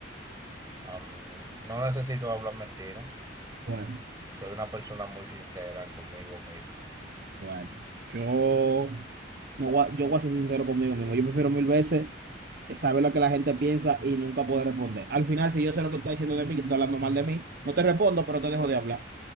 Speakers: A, on the right (about 20°); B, on the right (about 55°).
A: am, no necesito hablar mentira.
B: Bueno.
A: Soy una persona muy sincera conmigo mismo.
B: Bueno, yo no voy a- yo voy a ser sincero conmigo mismo. Yo prefiero mil veces saber lo que la gente piensa y nunca poder responder. Al final, si yo sé lo que tú estás diciendo de mí, que tú estás hablando mal de mí, no te respondo, pero te dejo de hablar.